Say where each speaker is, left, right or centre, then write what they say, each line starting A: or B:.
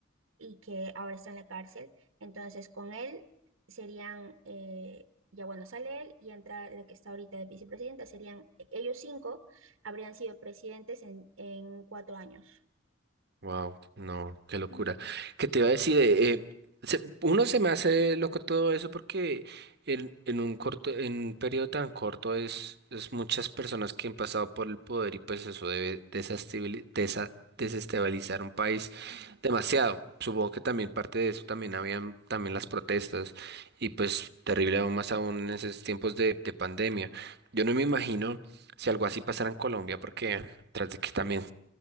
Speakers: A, on the right (about 85°); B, on the right (about 55°).
A: y que ahora está en la cárcel. Entonces, con él serían, eh, ya bueno, sale él y entra la que está ahorita de vicepresidenta, serían e- ellos cinco, habrían sido presidentes en, en cuatro años.
B: Wow, no, qué locura.
A: Mm,
B: ¿Qué te iba a decir? Eh, eh, se- uno se me hace loco todo eso porque en, en un corto, en un periodo tan corto es, es muchas personas que han pasado por el poder y pues eso debe desestabili- desa- desestabilizar un país
A: ujú,
B: demasiado. Supongo que también parte de eso también habían también las protestas y pues terrible aún más aún en esos tiempos de, de pandemia. Yo no me imagino si algo así pasara en Colombia porque tras de que también